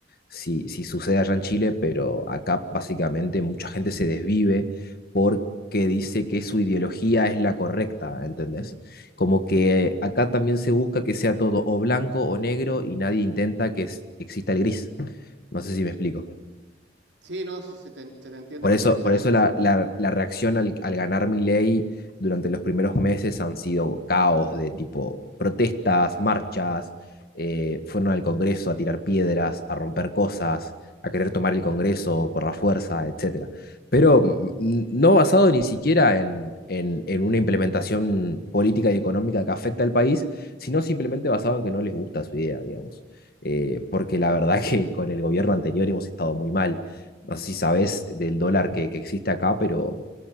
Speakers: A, on the left (about 55°); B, on the right (about 80°).
A: si, si sucede allá en Chile, pero acá básicamente mucha gente se desvive porque dice que su ideología es la correcta, ¿entendés? Como que acá también se busca que sea todo o blanco o negro y nadie intenta que es- exista el gris. No sé si me explico.
B: Sí, no, sí, se te, se te entiende
A: Por
B: perfectamente.
A: eso, por eso la, la- la reacción al, al ganar Milei durante los primeros meses han sido caos de tipo protestas, marchas, eh, fueron al Congreso a tirar piedras, a romper cosas, a querer tomar el Congreso por la fuerza, etcétera. Pero mm, no basado ni siquiera en, en- en una implementación política y económica que afecta al país, sino simplemente basado en que no les gusta su idea, digamos. Eh, porque la verdad <laughs> que con el gobierno anterior hemos estado muy mal no sé si sabes del dólar que, que existe acá, pero